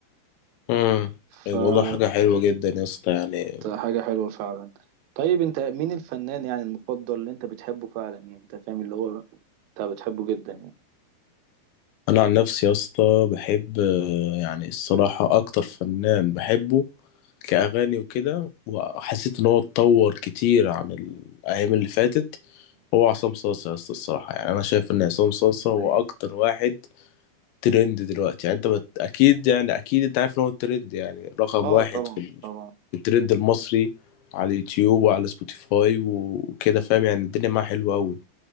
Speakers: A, on the left; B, on the right.
A: امم
B: فكانت
A: والله حاجة حلوة جدا يا اسطى يعني
B: حاجه حلوه فعلا طيب انت مين الفنان يعني المفضل اللي انت بتحبه فعلا يعني انت فاهم اللي هو انت بتحبه جدا يعني
A: انا عن نفسي يا اسطى بحب آه، يعني الصراحه اكتر فنان بحبه كاغاني وكده وحسيت ان هو اتطور كتير عن الايام اللي فاتت هو عصام صاصا يا اسطى الصراحه يعني انا شايف ان عصام صاصا هو
B: امم
A: اكتر واحد ترند دلوقتي يعني انت بت... اكيد يعني اكيد انت عارف ان هو الترند يعني رقم
B: اه
A: واحد
B: طبعا
A: في ال-
B: طبعا
A: في الترند المصري على اليوتيوب وعلى سبوتيفاي وكده فاهم يعني الدنيا معاه حلوه قوي